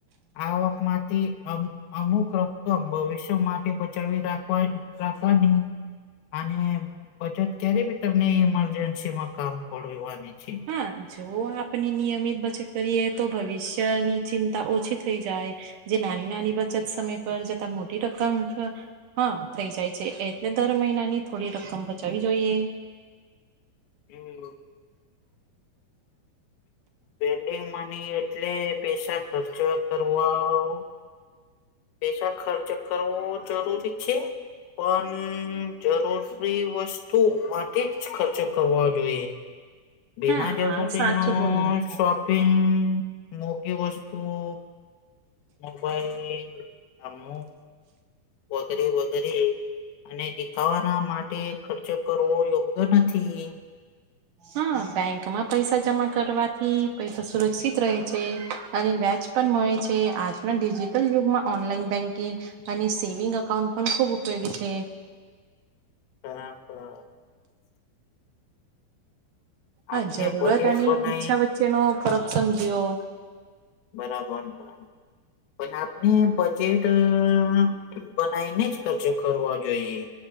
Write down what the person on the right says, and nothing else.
હા જો આપની નિયમિત બચત કરીએ તો ભવિષ્યની ચિંતા ઓછી થઈ જાય. જે નાની નાની બચત સમય પર જતા મોટી રકમ હા, થઈ જાય છે એટલે દર મહિનાની થોડી રકમ બચાવવી જોઈએ.
હા
આ સાચું બોલ્યા
હા, બેંકમાં પૈસા જમા કરવાથી પૈસા સુરક્ષિત રહે છે અને વ્યાજ પણ મળે છે. આજના ડિજિટલ યુગમાં ઓનલાઈન બેન્કિંગ અને સેવિંગ અકાઉન્ટ પણ ખૂબ ઉપયોગી છે.
હા,
જરૂરત
અને
ઈચ્છા વચ્ચેનો ફરક સમજ્યો.